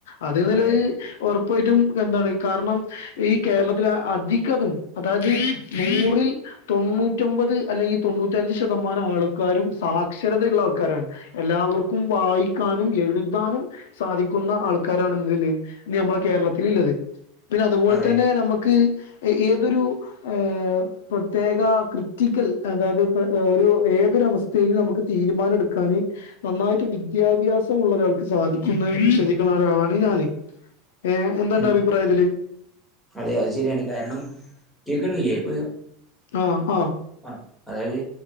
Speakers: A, on the left; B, in the centre.
A: അത് ഇതില്
B: അതെ അതെ
A: ഒർപ്പായിട്ടും എന്താണ് കാർണം ഈ കേരളത്തിലെ അധികതും അതായത് നൂറിൽ തൊണ്ണൂറ്റൊമ്പത് അല്ലെങ്കി തൊണ്ണൂറ്റഞ്ച് ശതമാനം ആൾക്കാരും സാക്ഷരതയുള്ള ആൾക്കാരാണ് എല്ലാവർക്കും വായിക്കാനും എഴു താനും സാധിക്കുന്ന ആൾക്കാരാണ് ഇന്ന് ലെ ഇന്ന് അമ്മളെ കേരളത്തില് ല്ലത് പിന്നെ അതുപോലെ
B: അതെ
A: തന്നെ നമ്മക്ക് ഏതൊരു ഏ പ്രത്യേക ക്രിറ്റിക്കൽ, അതായത് പ്പോ ഓരോ ഏതൊര അവസ്ഥയില് നമ്മക്ക് തീരുമാന എടുക്കാന് നന്നായിട്ട് വിദ്യാഭ്യാസം ഉള്ള ഒരാൾക്ക് സാധിക്കുന്ന <unintelligible> ഒരാളാണ് ഞാന്. ഏ, എന്താന്റെ
B: ഉം
A: അഭിപ്രായതില്?
B: അതെ അത് ശരിയാണ്, കാരണം കേയ്ക്ക്ണില്ലെ ഇപ്പൊ
A: ആഹ്‌ ആ.
B: ആഹ്‌ അതായത്